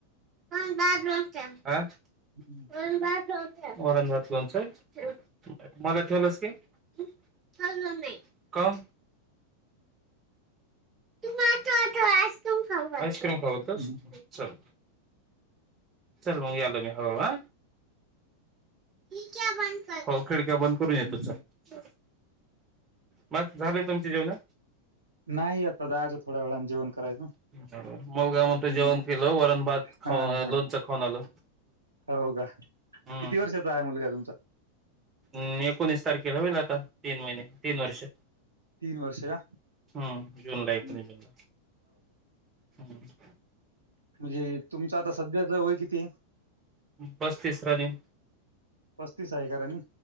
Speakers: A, on the right; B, on the right.
A: हा <unintelligible>
B: हम्म
A: वरण भात लोणचं, हम. मला ठेवलास की <unintelligible> का? तू मा आ आज आईस्क्रीम खऊ, आईस्क्रीम होतस,
B: हम्म हम्म.
A: चल चल मग याल मी हळू हळू आ खिडक्या बंद कर हो खिडक्या बंद करून येतो.
B: हम्म.
A: चल मग झालं तुमची जेवण?
B: नाही आता जायच थोड्या वेळाने जेवण करायचं.
A: मुलगा म्हणतोय
B: हम्म.
A: जेवण केलं वरण भात
B: हा
A: खाऊ
B: हा
A: लोणच खाऊन आलो.
B: हो का
A: हम.
B: किती वर्षाचा आहे मुलगा तुमचा
A: हम एकोणीस तारखेला ला होईल आता तीन महिने, तीन वर्ष
B: तीन वर्ष का
A: हम. जुनला
B: हम्म.
A: एकोणिसाला हम <inaudible>
B: मजे तुमचं आता सध्याच वय किती? ते
A: पस्तीस रनिंग
B: पस्तीस आहे का रनिंग?